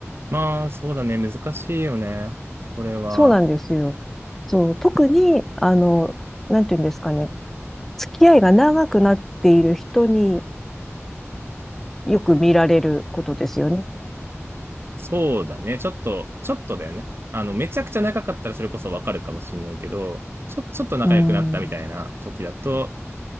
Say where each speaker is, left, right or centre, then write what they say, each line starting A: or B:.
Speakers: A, on the right (about 50°); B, in the centre.
A: まあ、そうだね。難しいよね。それは。
B: そうなんですよ。そう、特に、あの、なんていうんですかね、付き合いが長くなっている人によく見られることですよね。
A: そうだね。ちょっと、ちょっとだよね。あの、めちゃくちゃ長かったらそれこそわかるかもしんないけど、ちょ、ちょっと仲良くなったみたいな時だと、
B: うん。